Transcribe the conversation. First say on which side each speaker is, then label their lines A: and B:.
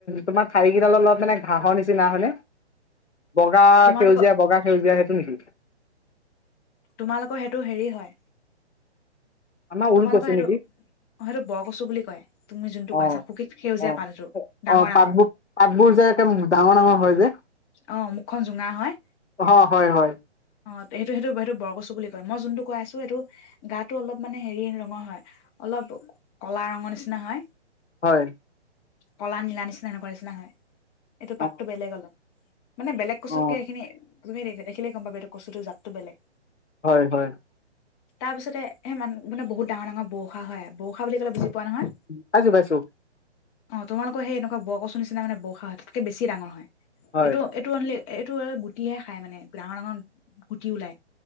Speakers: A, on the left (about 80°); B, on the left (about 25°).
A: তোমাৰ ঠাৰি কেইডাল অলপ মানে ঘাঁহৰ নিচিনা হয়নে বগা
B: তোমালোকৰ
A: সেউজীয়া বগা সেউজীয়া সেইটো নেকি
B: তোমালোকৰ সেইটো হেৰি হয়।
A: আমাৰ
B: তোমালোকৰ
A: ঊলকচু হয়
B: সেইটো
A: নেকি,
B: অ সেইটো বৰকচু বুলি কয় তুমি যোনটো
A: অ
B: কৈছা শুকুত সেউজীয়া
A: আহ
B: পাত সেইটো ডাঙৰ
A: আহ
B: ডাঙৰ
A: পাতবোৰ পাতবোৰ যে একে ডাঙৰ ডাঙৰ হয় যে।
B: আহ মুখখন জোঙা হয়।
A: অ হয় হয়
B: অ সেইটো সেইটো সেইটো বৰকচু বুলি কয় মই যোনটো কৈ আছো সেইটো গাটো অলপ মানে হেৰি ৰঙৰ হয় অলপ কলা ৰঙৰ নিচিনা হয়
A: হয়
B: কলা নীলা নিচিনা এেনেকুৱা নিচিনা হয় এইটো
A: অ
B: পাতটো বেলেগ অলপ মানে বেলেগ কচুতকে
A: অ
B: এইখিনি তুমি দেখিলে গম পাবি এই কচুটো জাততো বেলেগ
A: হয় হয়
B: তাৰপিছতে সেই মান মানে বহুত ডাঙৰ ডাঙৰ বৰষা হয় বৰষা বুলি কলে। পোৱা নহয়
A: পা‌ইছো পাইছো
B: অ তোমালোকৰ সেই এনেকুৱা বৰ কচু নিচিনা মানে বসা হয় তাতকে বেছি ডাঙৰ হয় এইটো
A: হয়
B: এইটো অনলি এইটো গুটিহে খাই মানে ডাঙৰ ডাঙৰ গুটি ওলায়।